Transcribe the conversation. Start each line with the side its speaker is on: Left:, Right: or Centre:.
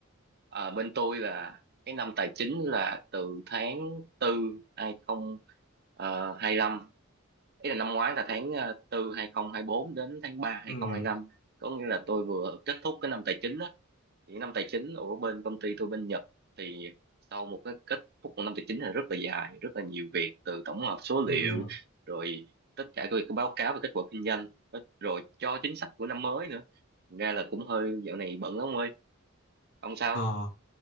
Right: Ờ, bên tôi là cái năm tài chính là từ tháng 4 2025 ý là năm ngoái là tháng ờ, 4 bốn đến tháng 3 2025
Left: ừ,
Right: có nghĩa là tôi vừa kết thúc cái năm tài chính á thì năm tài chính ở bên công ty tôi bên Nhật thì sau một cái kết thúc của năm tài chính là rất là dài rất là nhiều việc từ tổng hợp số liệu
Left: ừ.
Right: rồi tất cả các việc báo cáo về kết quả kinh doanh rồi cho chính sách của năm mới nữa Thành ra là cũng hơi dạo này bận lắm ông ơi ông sao
Left: Ờ,